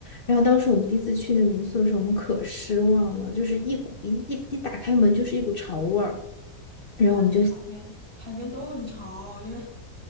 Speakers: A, on the left; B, on the right.
A: 然后当时我们第一次去那个民宿的时候，我们可失望了，就是一股一一一打开门就是一股潮味儿。
B: <laughs> 就它是海边，
A: 然后我们就
B: 海边都很潮，因为